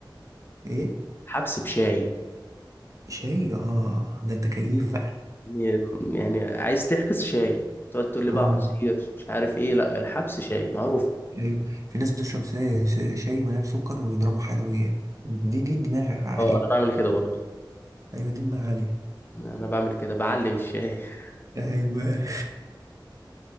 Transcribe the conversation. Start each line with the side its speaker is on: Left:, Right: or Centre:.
Right: ايه
Left: حبس بشاي
Right: شاي اه ده انت كيف بقى
Left: يعني يعني عايز تحبس شاي تقعد تقول لي
Right: اه
Left: بقى عصير مش عارف إيه لا الحبس شاي معروف
Right: ايوه في ناس بتشرب سا- ش- شاي من غير سكر ويضربوا حلويات دي دي دماغ عاليه
Left: اه أنا بعمل كده برضو
Right: ايوه دي دماغ عاليه
Left: أنا بعمل كده بعلي بالشاي <laughs>
Right: ايوه